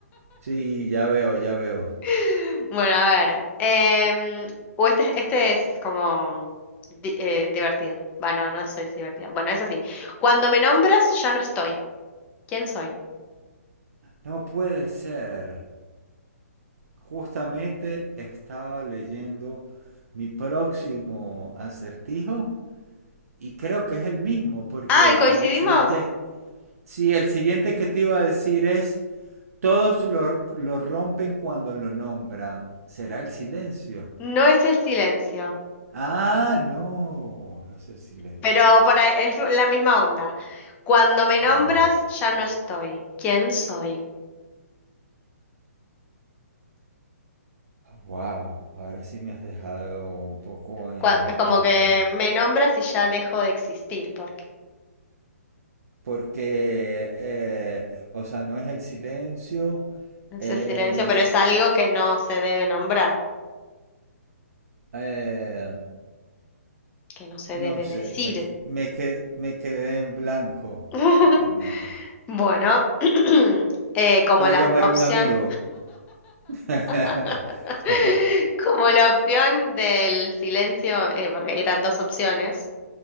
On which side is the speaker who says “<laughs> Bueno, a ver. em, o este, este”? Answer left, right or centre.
Left